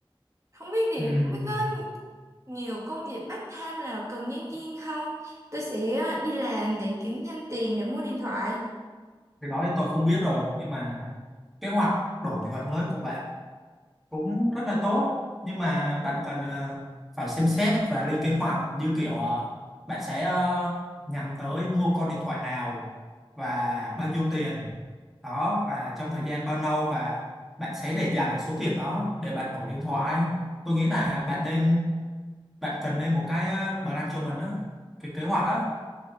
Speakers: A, on the right (about 30°); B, in the centre.
A: Không biết thì
B: ừm,
A: không biết có nhiều công việc part time nào cần nhân viên không? Tôi sẽ ờ, đi làm để kiếm thêm tiền để mua điện thoại.
B: cái đó thì tôi không biết rồi nhưng mà kế hoạch đổi kế hoạch mới của bạn cũng rất là tốt nhưng mà bạn cần ờ, phải xem xét và lên kế hoạch như kiểu ờ, bạn sẽ ờ, nhắm tới mua con điện thoại nào và bao nhiêu tiền đó và trong thời gian bao lâu và bạn sẽ để dành được số tiền đó để bạn đổi điện thoại tôi nghĩ là bạn nên bạn cần nên một cái ờ, plan cho mình á cái kế hoạch á